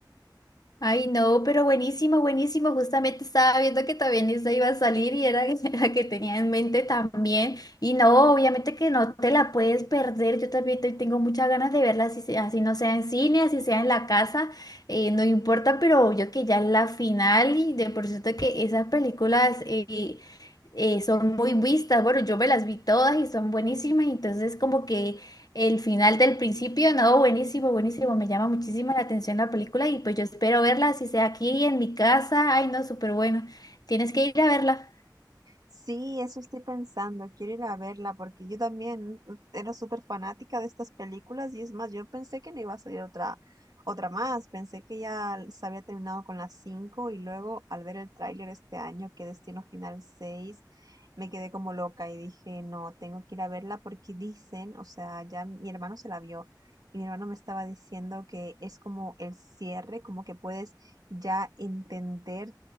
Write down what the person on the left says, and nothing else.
Ay, no, pero buenísimo, buenísimo. Justamente estaba viendo que también esa iba a salir y era <laughs> la que tenía en mente también. Y no, obviamente que no te la puedes perder. Yo también te- tengo muchas ganas de verla, así, sea- así no sea en cine, así sea en la casa, eh, no importa, pero yo que ya es la final y de por cierto que esas películas eh, eh, son muy vistas. Bueno, yo me las vi todas y son buenísimas, entonces como que... El final del principio, no, buenísimo, buenísimo, me llama muchísimo la atención la película y pues yo espero verla, si sea aquí en mi casa, ay no, súper bueno, tienes que ir a verla.